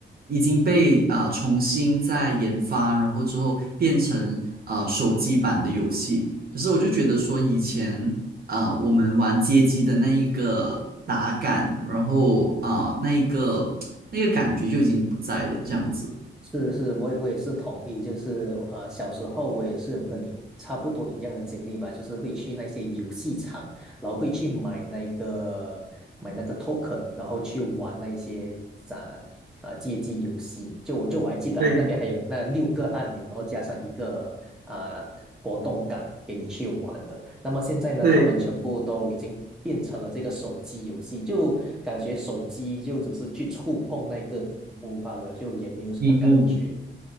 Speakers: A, on the right; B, in the centre.
A: 已经被啊呃重新再研发，然后之后变成啊手机版的游戏。可是我就觉得说以前啊、我们玩街机的那一个打感，然后啊、那一个那个感觉就已经不在了，这样子。
B: 是是，我也我也是同意，就是呃，小时候我也是有跟你差不多一样的经历吧，就是会去那些游戏场，然后会去买那个买那个 token，然后去玩那些咋啊街机游戏。就我就我还记得那边还有那六个按钮，
A: 对
B: 然后加上一个啊、活动杆给你去玩的。那么现在呢，
A: 对，
B: 他们全部都已经变成了这个手机游戏，就感觉手机就只是去触碰那个荧幕罢了，就也没有什么感觉。
A: 荧幕。